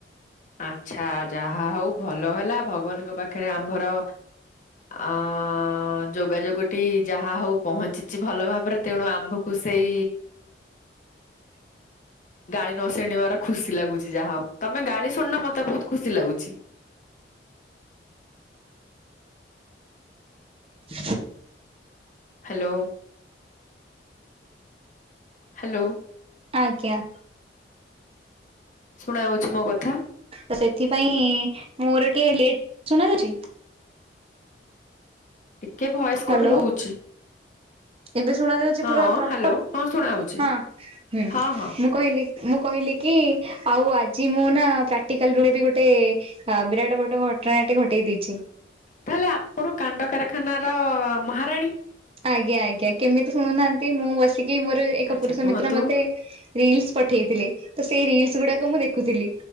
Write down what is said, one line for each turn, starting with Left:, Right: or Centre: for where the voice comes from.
Left: ଆଚ୍ଛା, ଯାହା ହଉ ଭଲ ହେଲା, ଭଗବାନଙ୍କ ପାଖରେ ଆମ୍ଭର ଓ, ଯୋଗାଯୋଗ ଟି ଯାହା ହଉ ପହଞ୍ଚିଚି ଭଲ ଭାବରେ, ତେଣୁ ଆମ୍ଭ କୁ ସେଇ
Right: <inaudible>
Left: ଗାଳି ନ ଶୁଣିବାର ଖୁସି ଲାଗୁଛି, ଯାହା ହଉ, ତମେ ଗାଳି ଶୁଣିନ, ମତେ ବହୁତ ଖୁସି ଲାଗୁଛି।
Right: <inaudible>
Left: ହ୍ୟାଲୋ ହ୍ୟାଲୋ
Right: ଆଜ୍ଞା
Left: ଶୁଣା ଯାଉଛି ମୋ କଥା?
Right: ତ ସେଥିପାଇଁ ମୋର ଟିକେ ଲେଟ, ଶୁଣା ଯାଉଛି?
Left: ଟିକେ ଭଏସ୍
Right: ହ୍ୟାଲୋ।
Left: କଟ୍ ହଉଛି।
Right: ଏବେ ଶୁଣା ଯାଉଛି
Left: ହଁ
Right: ପୁରା ପ୍ରପର,
Left: ହ୍ୟାଲୋ ହଁ ଶୁଣାହଉଛି
Right: ହଁ ହୁଁ,
Left: ହଁ ହଁ
Right: ମୁଁ କହିଲି ମୁଁ କହିଲି କି, ଆଉ ଆଜି ମୁଁ ନା ପ୍ରାକ୍ଟିକାଲ ରୁ ରେ ବି ଗୋଟେ ହଁ, ବିରାଟ ବଡ ଘଟଣା ଟି ଘଟେଇ ଦେଇଛି।
Left: ତାହେଲେ ଆପଣ କାଣ୍ଡ କାରଖାନାର ମହାରାଣୀ?
Right: ଆଜ୍ଞା, ଆଜ୍ଞା, କେମିତି ଶୁଣୁନାହାନ୍ତି, ମୁଁ ବସିକି ମୋର ଏକ
Left: ଆଚ୍ଛା
Right: ପୁରୁଷ
Left: କୁହନ୍ତୁ
Right: ମିତ୍ର ମତେ ରିଲସ୍ ପଠେଇଥିଲେ, ତ ସେଇ ରିଲସ୍ ଗୁଡାକ ମୁଁ ଦେଖୁଥିଲି,